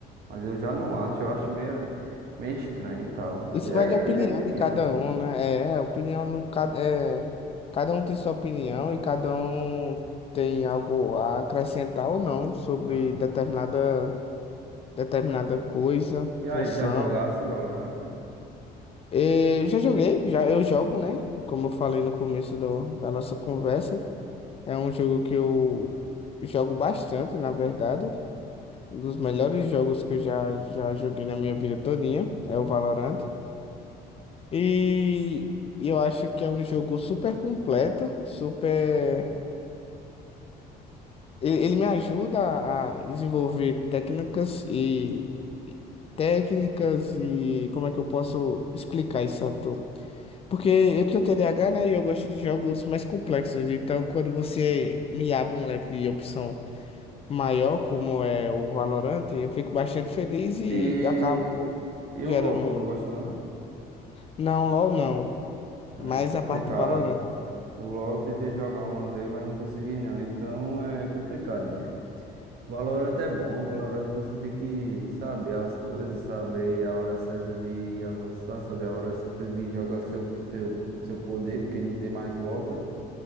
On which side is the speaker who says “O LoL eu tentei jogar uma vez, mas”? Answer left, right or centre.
Right